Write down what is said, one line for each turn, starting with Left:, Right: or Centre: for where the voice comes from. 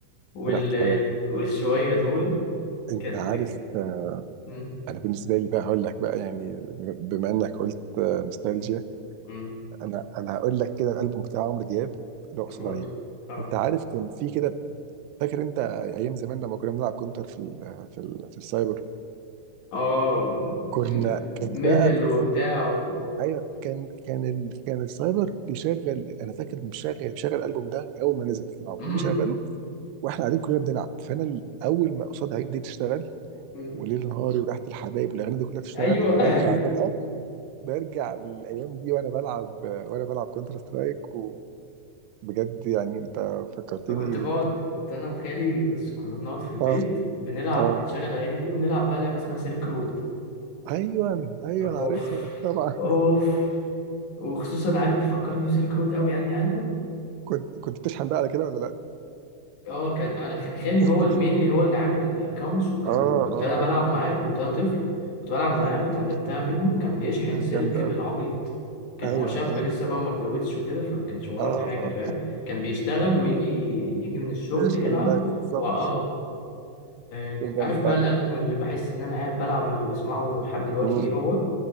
Left: وال...
Right: ريحة الحلاوه <laughs>
Left: والشوية دول
Right: انت
Left: كانت
Right: عارف آه،
Left: مم.
Right: انا بالنسبه لي بقى هقول لك بقى يعني بم- بما انك قلت آه، نوستالجيا
Left: مم.
Right: انا انا هقول لك كده الالبوم بتاع عمرو دياب اقصد
Left: قولي
Right: عيني
Left: اه
Right: انت عارف كان في كده فاكر انت ايام زمان لما كنا بنلعب كونتر في ال في ال في السايبر
Left: اه م-
Right: كنا
Left: م-
Right: كان
Left: ميدل
Right: بقى
Left: وبتاع
Right: كان
Left: و...
Right: ايوه كان كان ال كان السايبر بيشغل انا فاكر بيشغل بيشغل الالبوم ده اول ما نزل كان المفروض
Left: مم.
Right: بيشغله واحنا قاعدين كلنا بنلعب فانا ال- اول ما قصاد عيني دي تشتغل
Left: مم.
Right: وليل نهاري وريحه الحبايب والاغاني دي كلها تشتغل
Left: ايوه
Right: انا برجع
Left: <laughs>
Right: بقى برجع للايام دي وانا بلعب وانا بلعب كونتر سترايك وبجد يعني انت فكرتني
Left: انا كنت بقعد كنت انا وخالي بس كنا بنقعد في البيت
Right: اه
Left: بنلعب
Right: اه
Left: بنشغل الاغاني دي ونلعب بقى لعبه اسمها سيلك رود
Right: ايوه ايوه
Left: اوف
Right: انا عارفها طبعا
Left: اوف وخصوصا عارف بيفكرني بسيلك رود قوي انهي البوم
Right: <laughs> كنت كنت بتشحن بقى على كده ولا لا
Left: اه كان انا كان خالي
Right: <laughs>
Left: هو المينلي هو اللي عامل الاكونتس وكان
Right: اه
Left: كنت
Right: اه
Left: انا بلعب معاه كنت انا طفل كنت بلعب معاه
Right: ايوه
Left: وتعلمتها منه كان بيشحن
Right: كانت
Left: سلك
Right: جامده
Left: بالعبيط
Right: قوي
Left: كان
Right: ايوه
Left: هو شاب
Right: اه
Left: لسه بقى وما اتجوزش وكده فما كانش وراه
Right: اه
Left: حاجه
Right: اه
Left: فاهم كان بيشتغل ويجي يجي من الشغل
Right: بيشحن
Left: يلعب
Right: اللاعب بالظبط
Left: واه آه،
Right: <laughs>
Left: آه،
Right: كان جامد
Left: عارف
Right: فعلا
Left: بقى الالبوم اللي بحس ان انا قاعد بلعب لما بسمعه لحد دلوقتي
Right: امم
Left: ايه هو